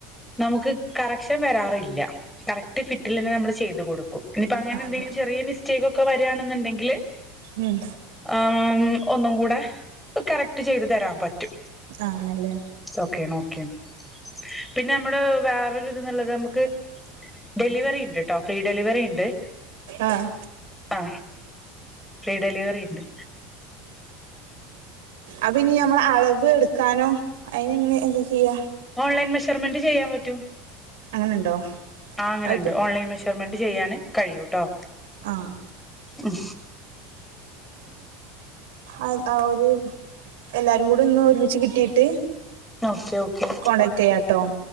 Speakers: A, in the centre; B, on the right.
A: നമുക്ക് കറക്ഷൻ വരാറില്ല. കറക്റ്റ് ഫിറ്റില്ന്നെ നമ്മള് ചെയ്ത് കൊടുക്കും. ഇനിയിപ്പ അങ്ങനെ
B: ആഹ്
A: എന്തെങ്കിലും
B: അതെ
A: ചെറിയ മിസ്റ്റേക്കൊക്കെ വരാണെന്നുണ്ടെങ്കിൽ
B: ഉം
A: ആ ഒന്നും കൂടെ കറക്റ്റ് ചെയ്ത് തരാൻ പറ്റും.
B: ആണല്ലേ
A: ഒക്കെയാണ് ഒക്കെയാണ്. പിന്നെ നമ്മള് വേറൊര് തിലും നല്ലത് നമുക്ക് ഡെലിവറി ഉണ്ട്ട്ടോ ഫ്രീ ഡെലിവറിയുണ്ട്.
B: ആഹ്
A: ആ ഫ്രീ ഡെലിവറി ഉണ്ട്.
B: അപ്പനി ഞമ്മള് അളവ് എടുക്കാനും അതിനെന്താ ചെയ്യാ
A: ഓൺലൈൻ മെഷർമെന്റ് ചെയ്യാൻ പറ്റും
B: അങ്ങനെണ്ടോ
A: ആ അങ്ങനെണ്ട്
B: അത്
A: ഓൺലൈൻ മെഷർമെന്റ് ചെയ്യാന് കഴിയൂ ട്ടോ
B: ആഹ്
A: ഉം
B: അത് ആ ഒരു എല്ലാരും കൂടെ ഒന്ന് ഒരുമിച്ച് കിട്ടിട്ട്
A: ഓക്കെ ഓക്കെ
B: കോണ്ടാക്ട് ചെയ്യട്ടോ